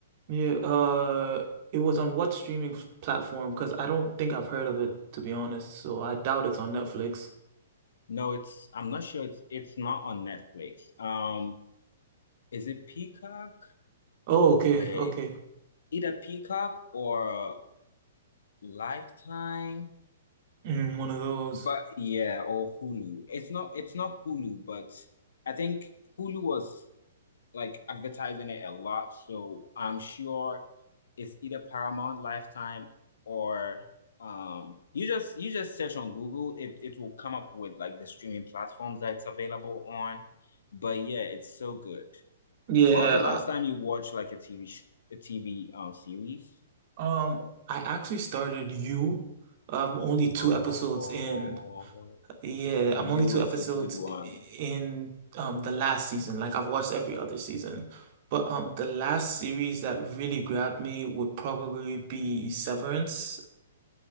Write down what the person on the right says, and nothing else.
Yeah. Uh, it was on what streaming f- platform? Because I don't think I've heard of it, to be honest. So I doubt it's on Netflix.
Oh, okay,
okay.
Mm, one of those.
Yeah,
uh,
Um, I actually started you. I'm only two
episodes in. Yeah, I'm
only two
episodes
in um the last season. Like I've watched every other season. But um the last series that really grabbed me would probably be Severance.